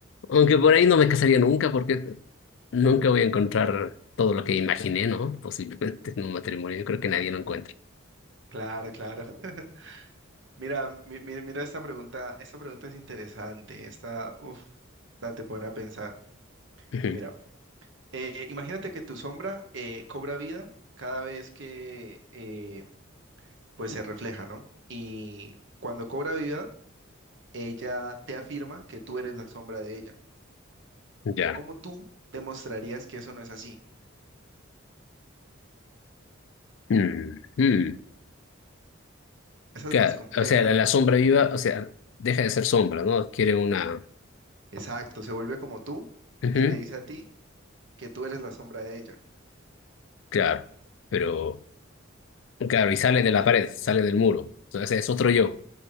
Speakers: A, on the left (about 65°); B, on the right (about 65°).
A: Aunque por ahí no me casaría nunca porque nunca voy a encontrar todo lo que imaginé, ¿no? Posiblemente en un matrimonio. Yo creo que nadie lo encuentra.
B: Claro, claro. <laughs> Mira, mi- mi- mira esta pregunta, esta pregunta es interesante. Esta, uf, esta te pone a pensar.
A: Ujú,
B: Mira, eh, imagínate que tu sombra eh, cobra vida cada vez que eh, pues se refleja, ¿no? Y cuando cobra vida ella te afirma que tú eres la sombra de ella.
A: Ya.
B: ¿Cómo tú demostrarías que eso no es así?
A: Mm, mm.
B: Esa
A: Ca-
B: es más compleja.
A: O sea, la, la sombra viva, o sea, deja de ser sombra, ¿no? Quiere una...
B: Exacto, se vuelve como tú
A: Ujú,
B: y te dice a ti que tú eres la sombra de ella.
A: Claro, pero... Claro, y sale de la pared, sale del muro. O es otro yo.